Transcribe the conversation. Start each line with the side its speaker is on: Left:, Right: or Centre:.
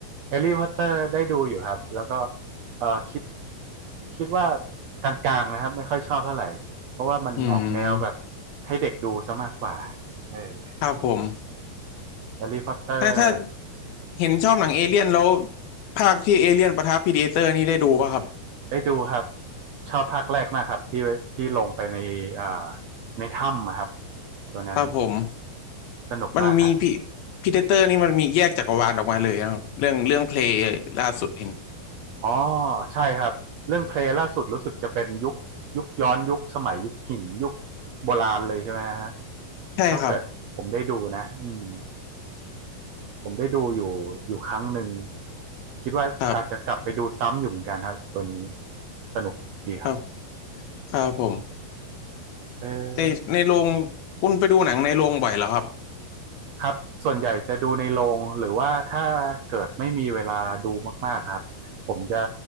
Right: แฮร์รี่พอตเตอร์ได้ดูอยู่ครับแล้วก็เออคิดคิดว่ากลางๆนะครับไม่ค่อยชอบเท่าไหร่เพราะว่ามันออกแนวแบบ
Left: อืม
Right: ให้เด็กดูซะมากกว่าเออ
Left: ครับผม
Right: แฮร์รี่พอตเตอร์
Left: ถ้าถ้า เห็นชอบหนังเอเลี่ยนแล้วภาคที่เอเลี่ยนปะทะพีดิเอเตอร์นี่ได้ดูป่ะครับ
Right: ได้ดูครับชอบภาคแรกมากครับที่ที่ลงไปในอ่าในถ้ำอะครับตัวนั้น
Left: ครับผม
Right: สนุกมากครับ
Left: มันมีพีพีดิเตอร์นี่มันมีแยกจักรวาลออกมาเลยนะครับเรื่องเรื่องเพลย์ล่าสุดเห็น
Right: อ๋อใช่ครับเรื่องเพลย์ล่าสุดรู้สึกจะเป็นยุคยุคย้อนยุคสมัยยุคหินยุคโบราณเลยใช่ไหมฮะ
Left: ใช่ครับ
Right: ถ้าเกิดผมได้ดูนะอืมผมได้ดูอยู่อยู่ครั้งหนึ่งคิดว่าอาจจะกลับไปดูซ้ำอยู่เหมือนกันครับตัวนี้
Left: ครับ
Right: สนุกดีครับ
Left: ครับครับผม
Right: เออ
Left: ในในโรงคุณไปดูหนังในโรงบ่อยเหรอครับ
Right: ครับส่วนใหญ่จะดูในโรงหรือว่าถ้าเกิดไม่มีเวลาดูมากๆครับผมจะ